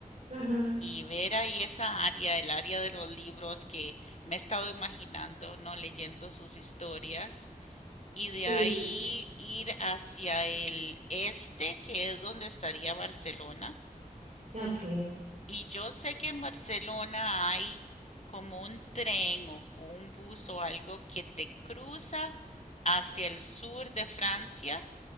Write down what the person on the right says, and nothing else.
Ujú,
Sí.
Ok.